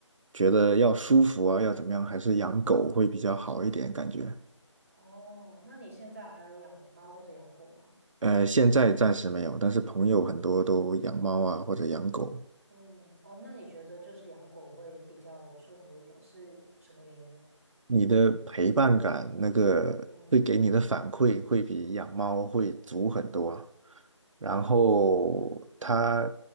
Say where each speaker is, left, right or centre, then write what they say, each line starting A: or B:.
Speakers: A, on the right (about 80°); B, on the right (about 30°).
A: 觉得要舒服啊，要怎么样，还是养狗会比较好一点，感觉。
B: 哦，那你现在还有养猫或者养狗吗？
A: 呃，现在暂时没有，但是朋友很多都养猫啊，或者养狗。
B: 嗯，哦，那你觉得就是养狗会比较舒服一点，是什么原因啊？
A: 你的陪伴感，那个会给你的反馈会比养猫会足很多啊
B: 嗯，
A: 然后它
B: 哦，嗯